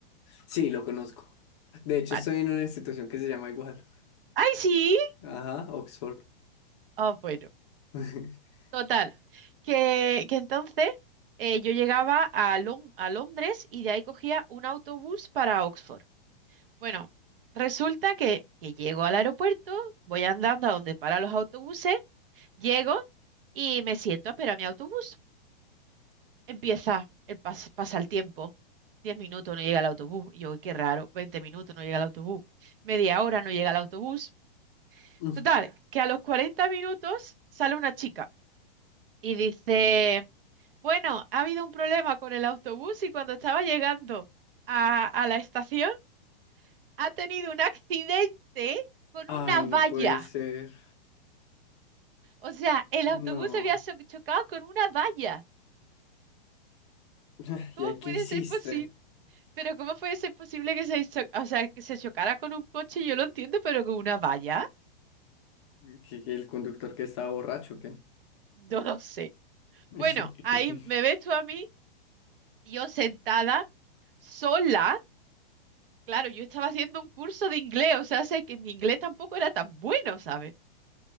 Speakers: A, on the left; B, on the right.
A: Sí, lo conozco. De hecho,
B: Vale.
A: estoy en una institución que se llama igual.
B: ¡Ay, sí!
A: Ajá, Oxford.
B: Ah, bueno.
A: <laughs>
B: Total, que, que entonces eh, yo llegaba a, Lon- a Londres y de ahí cogía un autobús para Oxford. Bueno, resulta que, que llego al aeropuerto, voy andando a donde paran los autobuses, llego y me siento a esperar mi autobús. Empieza, el pas- pasa el tiempo, 10 minutos no llega el autobús. Y yo, "Uy, qué raro, 20 minutos no llega el autobús, media hora no llega el autobús.
A: Mm.
B: Total, que a los 40 minutos sale una chica y dice... Bueno, ha habido un problema con el autobús y cuando estaba llegando a, a la estación ha tenido un accidente con
A: Ay,
B: una valla.
A: no puede ser.
B: O sea, el autobús
A: No.
B: había cho- chocado con una valla.
A: <laughs>
B: ¿Cómo
A: ¿Y ahí qué
B: puede
A: hiciste?
B: ser posible? Pero ¿cómo puede ser posible que se, cho- o sea, que se chocara con un coche? Yo lo entiendo, pero con una valla,
A: ¿Que, que el conductor que estaba borracho, o ¿qué?
B: no lo sé.
A: <laughs>
B: Bueno, ahí me ves tú a mí, yo sentada, sola. Claro, yo estaba haciendo un curso de inglés, o sea, sé que mi inglés tampoco era tan bueno, ¿sabes?